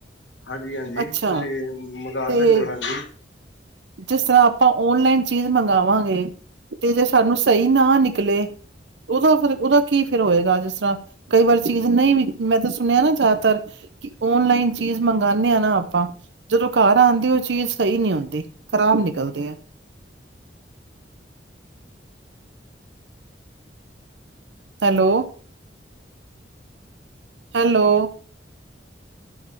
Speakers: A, on the left; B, on the right.
A: ਹਾਂਜੀ -ਹਾਂਜੀ
B: ਅੱਛਾ
A: ਤੁਸੀਂ ਮੰਗਵਾ
B: ਤੇ
A: ਸਕਦੇ ਹੋ ਹਾਂਜੀ
B: ਜਿਸ ਤਰ੍ਹਾਂ ਆਪਾਂ ਓਨਲਾਈਨ ਚੀਜ਼ ਮੰਗਗਾਵਾਂਗੇ, ਤੇ ਜੇ ਸਾਨੂੰ ਸਹੀ ਨਾ ਨਿਕਲੇ ਉਹਦਾ ਫਿਰ ਉਹਦਾ ਕੀ ਫਿਰ ਹੋਏਗਾ ਜਿਸ ਤਰ੍ਹਾਂ ਕਈ ਵਾਰ ਚੀਜ਼ ਨਹੀਂ, ਵੀ ਮੈਂ ਤਾਂ ਸੁਣਿਆ ਨਾ ਜ਼ਿਆਦਾਤਰ ਕਿ ਔਨਲਾਈਨ ਚੀਜ਼ ਮੰਗਨੇ ਹਾਂ ਨਾ ਆਪਾਂ, ਜਦੋਂ ਘਰ ਆਉਂਦੇ ਉਹ ਚੀਜ਼ ਸਹੀ ਨਹੀਂ ਆਉਂਦੀ ਖ਼ਰਾਬ ਨਿਕਲਦੇ ਹੈ hello hello